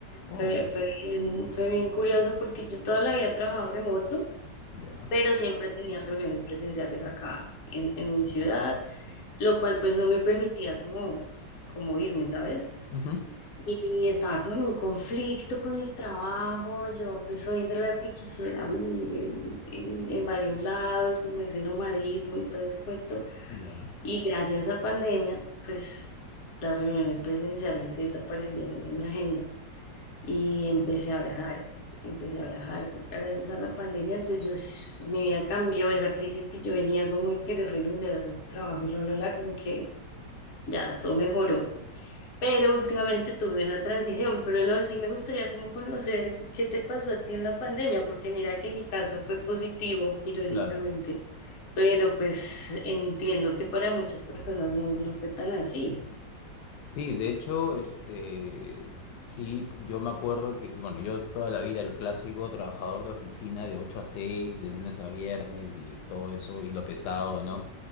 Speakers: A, on the left (about 85°); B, on the left (about 60°).
A: Oh,
B: Fue, fue bien, fue bien curioso porque yo toda la vida he trabajado remoto,
A: ya.
B: pero siempre tenía reuniones presenciales acá en, en mi ciudad lo cual pues no me permitía como, como irme, ¿sabes?
A: Ujú.
B: Y estaba como en un conflicto con el trabajo, yo pues soy de las que quisiera vivir en, en, en varios lados, como ese nomadismo y todo ese cuento.
A: Ya.
B: Y gracias a pandemia, pues las reuniones presenciales se desaparecieron de mi agenda y empecé
A: Mm,
B: a viajar. Empecé a viajar gracias a la pandemia, entonces yo, s- mi vida cambió, esa crisis que yo venía como de querer renunciar al trabajo y lo, lo, la, como que ya, todo mejoró. Pero últimamente tuve una transición, pero no, sí me gustaría como conocer qué te pasó a ti en la pandemia, porque mira que mi caso fue positivo, irónicamente,
A: Claro.
B: pero pues entiendo que para muchas personas no, no fue tan así.
A: Sí, de hecho, este, sí, yo me acuerdo que, y bueno, yo toda la vida el clásico trabajador de oficina de 8 a 6 de lunes a viernes y todo eso, y lo pesado, ¿no?